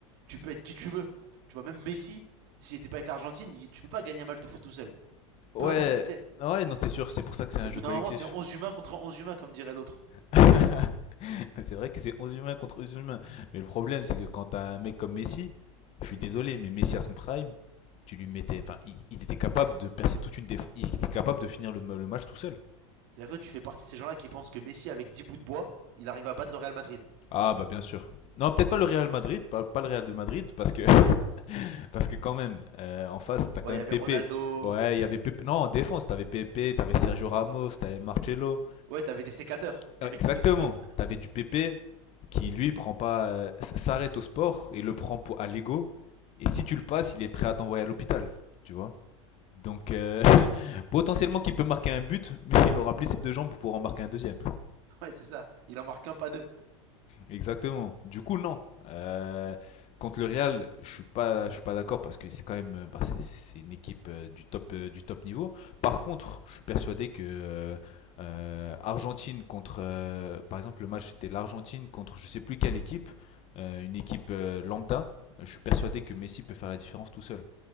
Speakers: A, on the right; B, on the left.
A: tu peux être qui tu veux. Tu vois, même Messi, s'il était pas avec l'Argentine, il- tu peux pas gagner un match de foot tout seul.
B: Ouais,
A: Peu importe qui t'es.
B: ouais, non, c'est sûr, c'est pour ça que c'est
A: Au
B: un jeu
A: bout
B: collectif.
A: d'un moment, c'est 11 humains contre 11 humains, comme dirait l'autre.
B: <laughs> C'est vrai que c'est 11 humains contre 11 humains. Mais le problème, c'est que quand t'as un mec comme Messi, je suis désolé, mais Messi à son prime, tu lui mettais. Enfin, il, il était capable de percer toute une défense. Il était capable de finir le, ma- le match tout seul.
A: C'est-à-dire que toi, tu fais partie de ces gens-là qui pensent que Messi, avec 10 bouts de bois, il arrive à battre le Real Madrid.
B: Ah, bah bien sûr. Non, peut-être pas le Real Madrid, pas, pas le Real de Madrid, parce que, <laughs> parce que quand même, euh, en face, t'as
A: Ouais,
B: quand même
A: il y avait
B: Pepe.
A: Ronaldo.
B: Ouais, il y avait Pepe. Non, en défense, t'avais Pepe, t'avais Sergio Ramos, t'avais Marcelo.
A: Ouais, t'avais des sécateurs, des
B: Ouais,
A: mecs
B: Exactement.
A: qui découpent. <laughs>
B: T'avais du PP qui, lui, prend pas, euh, s- s'arrête au sport et le prend pour, à l'ego. Et si tu le passes, il est prêt à t'envoyer à l'hôpital, tu vois. Donc, euh, <laughs> potentiellement qu'il peut marquer un but, mais il aura plus ses deux jambes pour en marquer un deuxième.
A: Ouais, c'est ça. Il en marque un pas deux.
B: Exactement. Du coup, non. Euh, contre le Real, je suis pas, je suis pas d'accord parce que c'est quand même, euh, bah, c'est- c'est une équipe euh, du top, euh, du top niveau. Par contre, je suis persuadé que euh, euh, Argentine contre, euh, par exemple, le match c'était l'Argentine contre, je sais plus quelle équipe, euh, une équipe euh, lambda. Je suis persuadé que Messi peut faire la différence tout seul.